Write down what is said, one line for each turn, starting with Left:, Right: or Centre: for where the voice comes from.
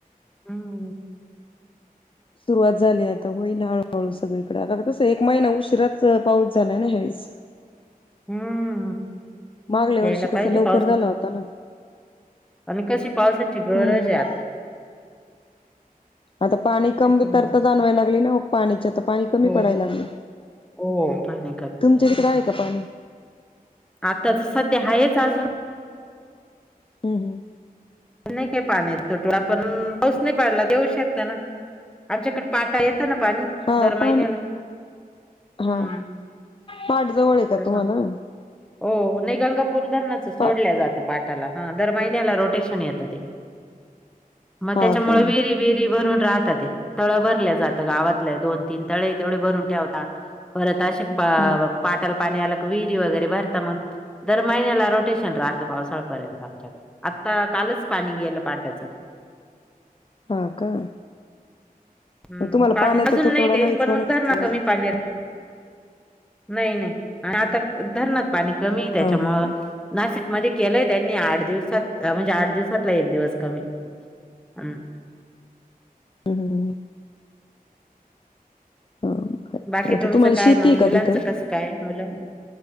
Centre: हं,
Left: सुरुवात झाली आता होईल हळूहळू सगळीकडे आ कस एक महिना उशिराच पाऊस झालाय ना हे. बस.
Centre: हं.
Left: मागल्या
Centre: यायला
Left: वर्षी कस
Centre: पाहिजे
Left: लवकर
Centre: पावसाची
Left: झाला होता ना.
Centre: आणि कशी पावसाची गरज
Left: हम्म
Centre: आहे आता
Left: आता पाणी कमी
Centre: त्याच्यामुळे.
Left: तरता जाणवायला लागली ना पाण्याच्या तर पाणी कमी
Centre: हो,
Left: पडायला लागले.
Centre: हो. पाणी कमी
Left: तुमच्या
Centre: पडायला
Left: तिकत्र आहे का पाणी?
Centre: आता तर सध्या आहेच अजून.
Left: हम्म हम्म.
Centre: नाही काय पाणी तोटो पण पाऊस नाही पाडला देऊ शकता ना आमच्याकडे पाटा येत. ना पाणी
Left: हा
Centre: दर
Left: पाणी
Centre: महिन्याला.
Left: हा
Centre: हं,
Left: पाठ जवळ आहे का
Centre: तसं.
Left: तुम्हाला?
Centre: हो नाही गंगापूर धरणाच सोडल्या
Left: पाठ
Centre: जातं पाटाला हा दर महिन्याला रोटेशन येत. मग
Left: हा
Centre: त्याच्यामुळे
Left: का
Centre: विहिरी विहिरी भरून राहत ते तळ भरल्या जातं गावातलं दोन तीन तळे तेवढे भरून ठेवता परत ते आशा
Left: हम्म
Centre: पाटाल पाणी आला. विहिरी वगैरे भरता मग दर महिन्याला रोटेशन राहत पावसाळपर्यंत आमच्याकडे आता कालच पाणी घ्यायला पाटायचं.
Left: हा का?
Centre: हम्
Left: मग तुम्हाला
Centre: पाणी
Left: पाण्याचा
Centre: अजून
Left: तुटवडा
Centre: नाही टेनशन
Left: नाहीच
Centre: पण
Left: म्हणायच
Centre: मग धरना
Left: एवढा
Centre: कमी पाण्यार नाही नाही आणि आता धरण पाणी कमी आहे त्याच्यामुळे
Left: हा हा हा हम्म
Centre: नाशिक मध्ये केलंय त्यांनी आठ दिवसात म्हणजे आठ दिवसातला एक दिवस कमी. हम्.
Left: हम्म हा काय
Centre: बाकी
Left: आता
Centre: तुमचं
Left: तुम्हाला
Centre: काय
Left: शेती
Centre: मग
Left: आहे का
Centre: मुलांचं
Left: तिथं?
Centre: कसं काय मुलं.